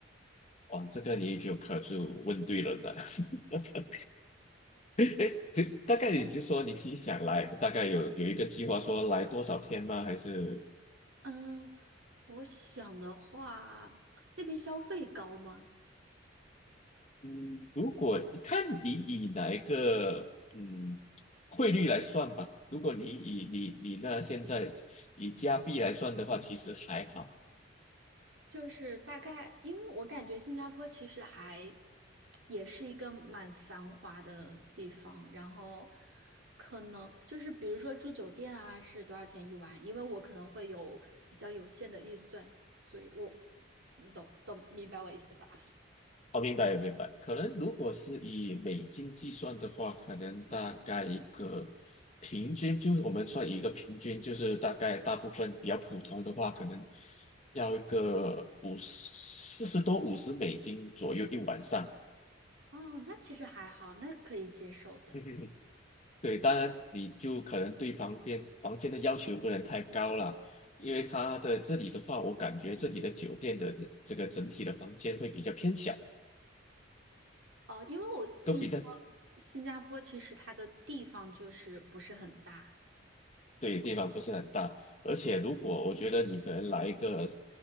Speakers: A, on the left; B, on the right.
A: 哇，这个你就可是问对人了。<laughs> 哎就大概你就说你自己想来，大概有有一个计划说来多少天吗？还是
B: 嗯，我想的话，那边消费高吗？
A: 嗯，如果看你以哪一个嗯汇率来算吧。如果你以你你那现在以加币来算的话，其实还好。
B: 就是大概，因为我感觉新加坡其实还也是一个蛮繁华的地方，然后可能就是比如说住酒店啊是多少钱一晚，因为我可能会有比较有限的预算，所以我你懂懂明白我意思吧？
A: 哦，明白明白。可能如果是以美金计算的话，可能大概一个平均，就是我们算一个平均，就是大概大部分比较普通的话，可能要一个五十四十多五十美金左右一晚上。
B: 哦，那其实还好，那可以接受的。
A: <laughs> 对，当然你就可能对房间房间的要求不能太高了，因为它的这里的话，我感觉这里的酒店的这这个整体的房间会比较偏小，
B: 哦，因为我听说
A: 都比较
B: 新加坡其实它的地方就是不是很大，
A: 对，地方不是很大，而且如果我觉得你可能来一个，